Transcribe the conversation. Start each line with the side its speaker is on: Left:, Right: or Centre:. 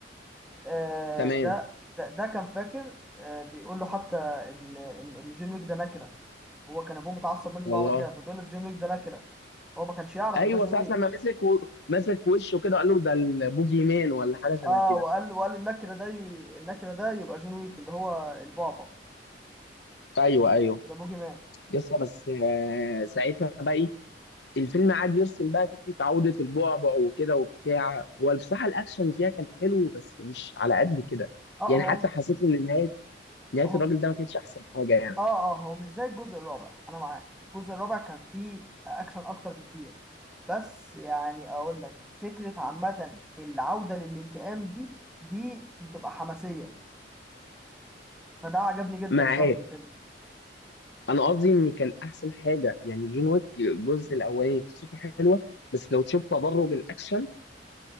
Centre: آه،
Left: تمام
Centre: ده ده ده كان فاكر آه، بيقول له حتى ان ان إن جون ويك ده نكره هو كان ابوه متعصب منه
Left: والله
Centre: نوع من كده فبيقول له جون ويك ده نكره هو ما كانش يعرف
Left: ايوه
Centre: ان ده جون
Left: ساعه
Centre: ويك
Left: لما مسك و... مسك وشه كده قال له ده البوجي مان ولا حاجه شبه
Centre: اه
Left: كده
Centre: وقال وقال النكره ده ي- النكره ده يبقى جون ويك اللي هو البعبع
Left: ايوه ايوه
Centre: ذا بوجي مان
Left: يسطا بس آه، ساعتها بقى إيه؟ الفيلم قعد يرسم بقى فكره عوده البعبع وكده وبتاع هو بصراحه الاكشن فيها كان حلو بس مش على قد كده
Centre: اه
Left: يعني
Centre: هو
Left: حتى حسيت ان نهايه نهايه
Centre: هم
Left: الراجل ده ما كانتش احسن حاجه يعني
Centre: اه اه هو مش زي الجزء الرابع انا معاك الجزء الرابع كان فيه اكشن اكتر بكتير بس يعني اقول لك فكره عامه العوده للانتقام دي دي بتبقى حماسيه فده عجبني جدا
Left: معاك
Centre: الصراحه في الفيلم
Left: انا قصدي ان كان احسن حاجه يعني جون ويك الجزء الاولاني قصته حلوه بس لو تشوف تدرج الاكشن